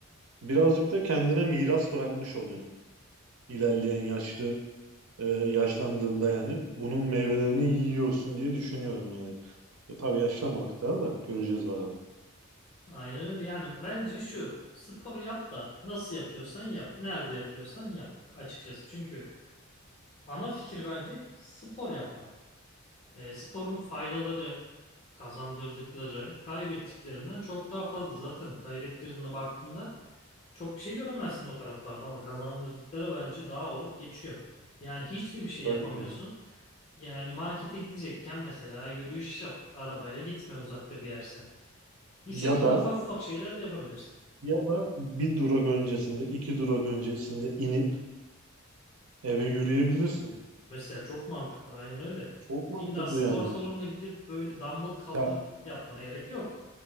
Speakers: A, on the right; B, on the left.
A: birazcık da kendine miras bırakmış oluyor. İlerleyen yaşlı e, yaşlandığında yani bunun meyvelerini yiyorsun diye düşünüyorum yani. E, tabii yaşlanmadık daha da göreceğiz bakalım.
B: Aynen öyle. Yani bence şu spor yap da nasıl yapıyorsan yap. Nerede yapıyorsan yap açıkçası. Çünkü ana fikir bence spor yapmak. E, sporun faydaları, kazandırdıkları, kaybettiklerinden çok daha fazla. Zaten kaybettirdiğine baktığında çok bir şey göremezsin o taraflarda ama kazandırdıkları bence daha olup geçiyor. Yani hiç mi bir şey
A: Tabii
B: yapamıyorsun?
A: ki.
B: Yani markete gidecekken mesela yürüyüş yap, arabayla gitme uzakta bir yerse. Bu
A: Ya
B: şekilde
A: da
B: ufak ufak şeyler de yapabilirsin.
A: ya da bir durak öncesinde, iki durak öncesinde inip eve yürüyebilirsin.
B: Mesela çok mantıklı aynen öyle.
A: Çok mantıklı
B: İlla spor
A: yani.
B: salonuna gidip böyle dumbbell kaldırıp
A: Ya
B: yapmana gerek yok.